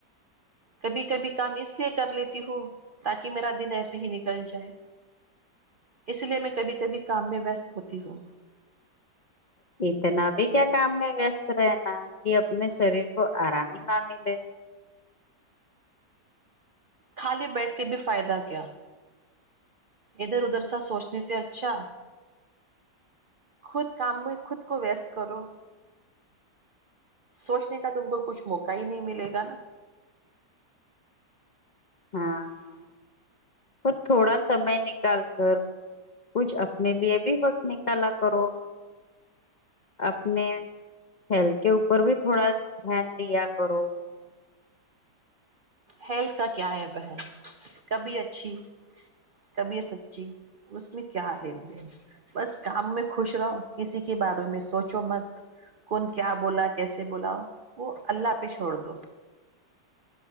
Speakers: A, on the right; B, on the left.
A: کبھی کبھی کام اس لیے کر لیتی ہوں تاکہ میرا دن ایسے ہی نکل جائے اس لیے میں کبھی کبھی کام میں ویست ہوتی ہوں
B: اتنا بھی کیا کام میں ویست رہناا کہ اپنے شریر کو آرام ہی نہ ملے
A: خالی بیٹھ کے بھی فائدہ کیا ادھر ادھر سا سوچنے سے اچھا خود کام میں خود کو ویستست کرو سوچنے کا تم کو کچھ موقع ہی نہیں ملے گا نا
B: ہاں تو تھوڑا سمئے نکال کر کچھ اپنے لیے بھی وقت نکالا کرو اپنے ہیل کے اوپر بھی تھوڑا دھیان دیا کرو
A: ہیلتھ کا کیا ہے بہن کبھی اچھی کبھی سچی اس میں کیا لین دین بس کام میں خوش رہو کسی کے بارے میں سوچو مت کون کیا بولا کیسے بولاؤ وہ اللہ پہ چھوڑ دو